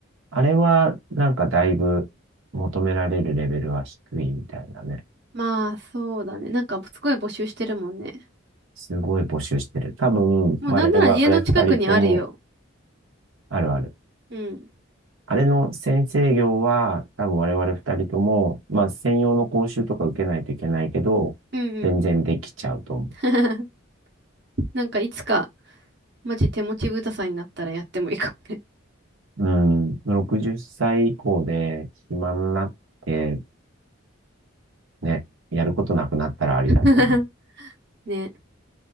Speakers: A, on the right; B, on the right.
A: あれは、なんかだいぶ求められるレベルは低いみたいなね。
B: まあそうだね。なんかすごい募集してるもんね。
A: すごい募集してる。多分、
B: もうなんなら家の近くにあるよ。
A: 我々二人とも、あるある。
B: うん。
A: あれの先生業は、多分我々二人とも、まあ、専用の講習とか受けないといけないけど、
B: うんうん。
A: 全然できちゃうと思う。
B: <laughs> なんかいつか、マジ手持ち豚さんになったらやってもいいかもね。
A: うん、60歳以降で暇になって、ね、やることなくなったらありだと思
B: <laughs> ね。